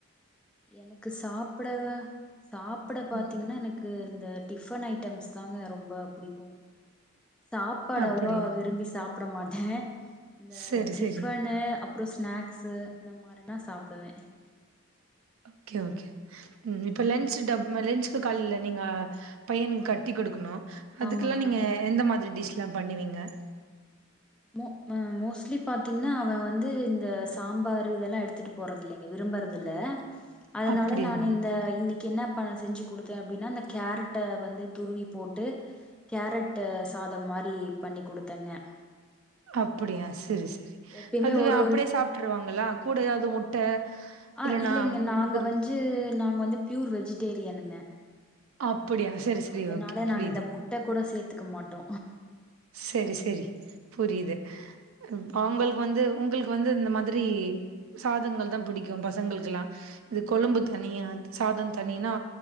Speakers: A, in the centre; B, on the right.
A: எனக்கு சாப்ட சாப்ட பாத்தீங்கன்னா
B: ம்
A: எனக்கு இந்த டிஃபன் ஐட்டம்ஸ் தாங்க ரொம்ப புடிக்கு சாப்பாடு
B: அப்டியா
A: அவ்ளவா விரும்பி சாப்ட மாட்ட இந்த
B: சரி
A: டிஃபனு
B: சரி
A: அப் அப்றோ ஸ்நாக்ஸு இந்த மாரினா சாப்டுவே
B: ஓகே ஓகே ம் லன்ட்ச் டப் லென்ட்சுக்கு காலில நீங்க பையனுக்கு கட்டி கொடுக்கணு அதுக்கெல்லா
A: ஆமாங்க
B: நீங்க எந்த மாதிரி டிஷ்ஸ்லா பண்ணுவிங்க
A: மோ மோஸ்ட்லி பாத்தீங்கன்னா அவ வந்து இந்த சாம்பாரு இதெல்லா எடுத்துட்டு போறதில்லைங்க விரும்புறதில்ல அதனால
B: அப்படியா
A: நான் இந்த இன்னைக் கி என்ன பண் செஞ்சு கொடுத்தேனா அப்டின்னா அந்த கேரட்ட வந்து துருவி போட்டு கேரட்டு சாதம் மாரி பண்ணி கொடுத்தேங்க
B: அப்டியா சேரி சேரி
A: எப்பயுமே
B: அது
A: ஒரு
B: அப்டியே
A: ஒரு
B: சாப்ட்டுருவாங்களா கூட ஏதாவது முட்ட
A: ஆ
B: இல்லன்னா
A: இல்லைங்க நாங்க
B: ஒரு
A: வந்து நாங்க வந்து ப்யூர் வெஜிடேரியனுங்க
B: அப்டியா சேரி சேரி
A: அதனால
B: ஓகே புரியுது
A: நாங்க இந்த முட்ட கூட சேத்துக்க மாட்டோ
B: சேரி சேரி புரியுது அவங்களுக்கு வந்து உங்களுக்கு வந்து இந்த மாதிரி சாதங்கள் தா புடிக்கு பசங்களுக்கெல்லா இது கொழும்பு தனியா சாதம் தணினா